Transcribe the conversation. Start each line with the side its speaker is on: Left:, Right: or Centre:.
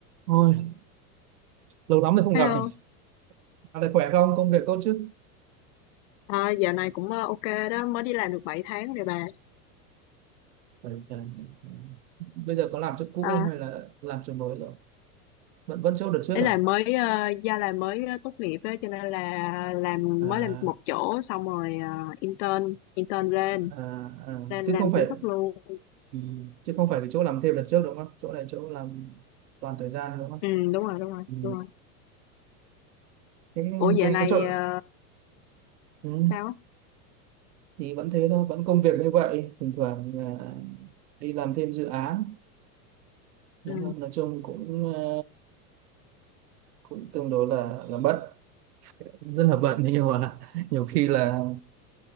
Right: Thôi, lâu lắm rồi không
Left: Hello,
Right: gặp này. Dạo này khỏe không? Công việc tốt chứ?
Left: à, dạo này cũng ờ, ok đó, mới đi làm được 7 tháng rồi bà.
Right: Khỏe, khỏe. Bây giờ có làm chỗ cũ
Left: À,
Right: không hay là làm chỗ mới rồi? Vẫn vẫn chỗ đợt trước
Left: ý
Right: à?
Left: là mới ờ, gia là mới ờ, tốt nghiệp đó, cho nên là làm
Right: À,
Left: mới làm một chỗ xong rồi ờ, intern intern lên
Right: à, à.
Left: lên
Right: Chứ
Left: làm
Right: không phải
Left: chính thức luôn.
Right: ừ, chứ không phải cái chỗ làm thêm đợt trước đúng không? Chỗ này chỗ làm toàn thời gian đúng không?
Left: Ừ, đúng rồi đúng rồi
Right: Ừ.
Left: đúng rồi.
Right: Cái
Left: Ủa dạo
Right: cái
Left: này
Right: cái chỗ
Left: ờ,
Right: ừ.
Left: sao? á?
Right: thì vẫn thế thôi, vẫn công việc như vậy. Thỉnh thoảng à, đi làm thêm dự án. Nhưng
Left: Ừ.
Right: mà nói chung cũng ờ, cũng tương đối là là bận, rất là bận Thế nhưng mà <laughs> nhiều khi là